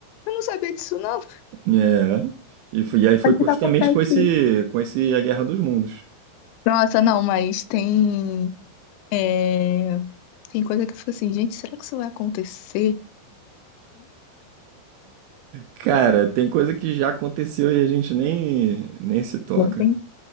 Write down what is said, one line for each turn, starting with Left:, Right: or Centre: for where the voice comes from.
Left: Eu não sabia disso, não.
Right: É. E, foi, e aí foi
Left: Mas que
Right: justamente
Left: tá acontecendo?
Right: com esse, com esse A Guerra dos Mundos.
Left: Nossa, não, mas tem, é, tem coisa que eu fico assim, gente, será que isso vai acontecer?
Right: Cara, tem coisa que já aconteceu e a gente nem, nem se toca.
Left: Não tem.